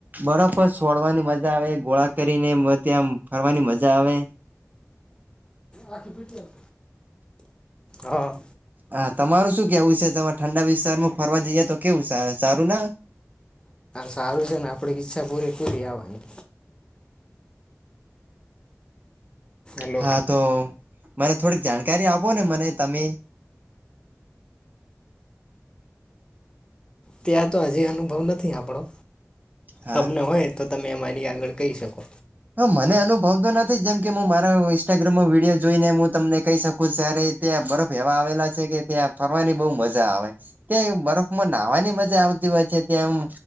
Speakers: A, on the right; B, on the left.
A: બરફ છોડવાની મજા આવે ગોળા કરીને ત્યામ ફરવાની મજા આવે.
B: આખી પઠ હા.
A: હા તમારું શું કેવું છે તમારે ઠંડા વિસ્તારમાં ફરવા જઈએ તો કેવું સારું ના
B: સારું છે ને આપણે ઈચ્છા પૂરે પૂરી આવવાની હલો
A: હા તો મને થોડીક જાણકારી આપો ને મને તમે.
B: ત્યાં તો હજી અનુભવ નથી આપણો
A: હા
B: તમને હોય તો તમે અમારી આગળ કહી શકો
A: હ મને અનુભવ તો નથી જેમ કે હું મારા ઇન્સ્ટાગ્રામમાં વિડીયો જોઈને હું તમને કહી શકું ત્યારે ત્યાં બરફ એવા આવેલા છે કે ત્યાં ફરવાની બહુ મજા આવે ત્યાં બરફમાં નાહવાની મજા આવતી હોય છે ત્યાંમ